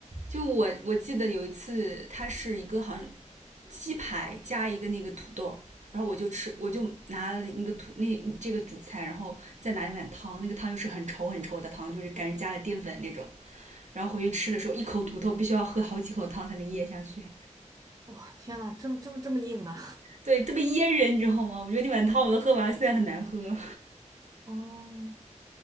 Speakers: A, on the right (about 65°); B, on the right (about 30°).
A: 就我我记得有一次，它是一个好像鸡排加一个那个土豆然后我就吃，我就拿了那个土那这个主菜，然后再拿一碗汤，那个汤又是很稠很稠的汤，就是感觉加了淀粉那种。然后回去吃的时候，一口土豆必须要喝好几口汤才能咽下去，
B: 哇，天呐，这么这么这么硬呢？
A: 对，特别噎人，你知道吗？我觉得那碗汤我都喝完了，现在很难喝，
B: <laughs> 哦，